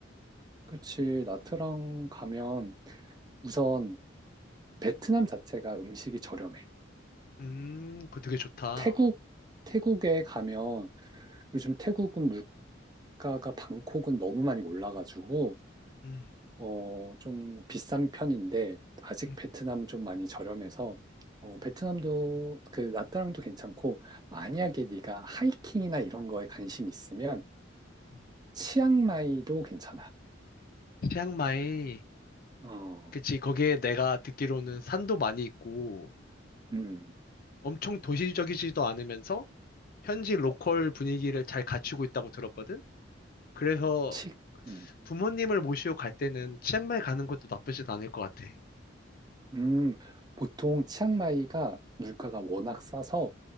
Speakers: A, on the right; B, on the left.
A: 그치 나트랑 가면 우선 베트남 자체가 음식이 저렴해.
B: 음, 그거 되게 좋다.
A: 태국, 태국에 가면 요즘 태국은 물가가 방콕은 너무 많이 올라가지고,
B: 음,
A: 어, 좀 비싼 편인데, 아직
B: 음.
A: 베트남은 좀 많이 저렴해서, 어, 베트남도 그 나트랑도 괜찮고, 만약에 네가 하이킹이나 이런 거에 관심이 있으면,
B: 음.
A: 치앙마이도 괜찮아.
B: 치앙마이,
A: 어,
B: 그치, 거기에 내가 듣기로는 산도 많이 있고,
A: 음,
B: 엄청 도시적이지도 않으면서, 현지 로컬 분위기를 잘 갖추고 있다고 들었거든? 그래서
A: 치, 음.
B: 부모님을 모시고 갈 때는 치앙마이 가는 것도 나쁘진 않을 것 같아.
A: 음, 보통 치앙마이가 물가가 워낙 싸서